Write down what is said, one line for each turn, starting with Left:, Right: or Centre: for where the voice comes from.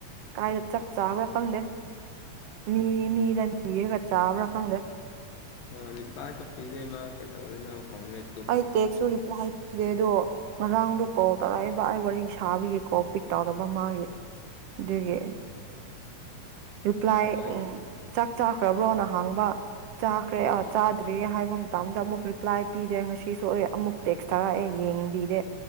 Right: ꯀꯥꯏꯗ ꯆꯞ ꯆꯥꯕ꯭ꯔꯥ ꯈꯪꯗꯦ ꯃꯤ ꯃꯤꯗ ꯅꯤꯔꯒ ꯆꯥꯕ꯭ꯔꯥ ꯈꯪꯗꯦ
Left: ꯍ ꯄꯁꯨꯄꯤꯗꯩ ꯃꯥ ꯀꯩꯇꯧꯕꯔꯤꯅꯛ ꯈꯪꯅꯩ
Right: ꯑꯩ ꯇꯦꯛꯁꯁꯨ ꯔꯤꯄ꯭ꯂꯥꯏ ꯄꯤꯔꯦ ꯑꯗꯣ ꯉꯔꯥꯡꯗꯣ ꯀꯣꯜ ꯇꯧꯔꯛꯏꯕ ꯑꯩ ꯋꯥꯔꯤ ꯁꯥꯕꯒꯤꯀꯣ ꯄꯤꯛ ꯇꯧꯗꯕ ꯃꯥꯒꯤ ꯑꯗꯨꯒꯤ ꯔꯤꯄ꯭ꯂꯥꯏ
Left: ꯑꯣꯐꯂꯥꯏꯟ
Right: ꯎ ꯆꯥꯛ ꯆꯥꯈ꯭ꯔꯕ꯭ꯔꯣ ꯅꯍꯥꯡꯕ ꯆꯥꯈ꯭ꯔꯦ
Left: ꯍꯣꯏ
Right: ꯑ ꯆꯥꯗ꯭ꯔꯤꯌꯦ ꯍꯥꯏꯕ ꯃꯇꯝꯗ ꯑꯃꯨꯛ ꯔꯤꯄ꯭ꯂꯥꯏ ꯄꯤꯗꯦ ꯉꯁꯤꯁꯨꯑꯦ ꯑꯃꯨꯛ ꯇꯦꯛꯁ ꯊꯥꯔꯛꯑꯦ ꯌꯦꯡꯕꯤꯗꯦ